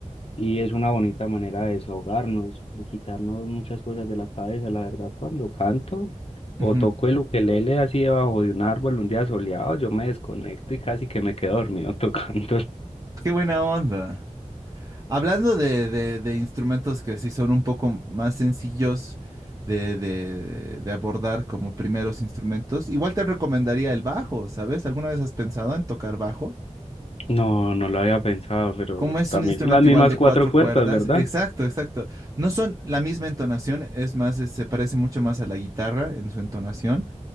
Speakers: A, on the left; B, on the right.
A: y es una bonita manera de desahogarnos, de quitarnos muchas cosas de la cabeza. La verdad, cuando canto o
B: Ujú.
A: toco el ukelele así debajo de un árbol un día soleado, yo me desconecto y casi que me quedo dormido <laughs> tocando.
B: Qué buena onda. Hablando de, de- de instrumentos que sí son un poco más sencillos de, de- de abordar como primeros instrumentos, igual te recomendaría el bajo, ¿sabes? ¿Alguna vez has pensado en tocar bajo?
A: No, no lo había pensado, pero
B: ¿Cómo es
A: también
B: un instrumento
A: son las mismas
B: igual de
A: cuatro
B: cuatro
A: <laughs> cuerdas,
B: cuerdas?
A: ¿verdad?
B: Exacto, exacto. No son la misma entonación, es más, es- se parece mucho más a la guitarra en su entonación,